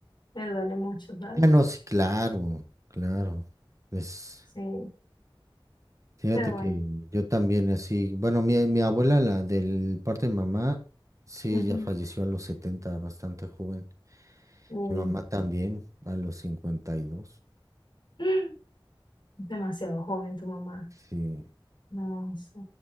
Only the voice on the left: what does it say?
me duele mucho, ¿sabes?
Sí,
pero bueno.
ujú,
Uy,
<gasps> demasiado joven tu mamá.
No sé,